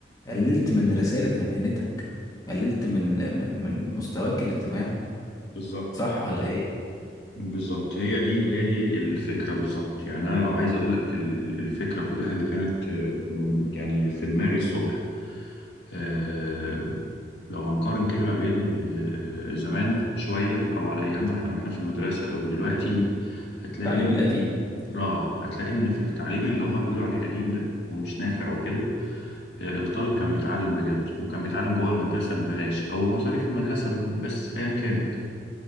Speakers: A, on the left; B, on the left.
A: قللت من رسالة مهنتك قللت من من, من مستواك الاجتماعي
B: بالظبط
A: صح ولا ايه
B: بالظبط هي دي هي دي الفكرة بالظبط يعني أنا لو عايز أقول لك ال- ال- الفكرة كلها اللي كانت آه، م- يعني في دماغي الصبح آه، لو هنقارن كده ما بين آه، زمان شوية أو على أيامنا إحنا وإحنا في المدرسة أو دلوقتي
A: امم
B: هتلاقي
A: التعليم
B: إن
A: القديم
B: آه هتلاقي إن في التعليم اللي هما بيقولوا عليه قديم ده ومش نافع وكده آه، الطالب كان بيتعلم بجد وكان بيتعلم جوه المدرسة ببلاش أو بمصاريف المدرسة ب- بس أيا كانت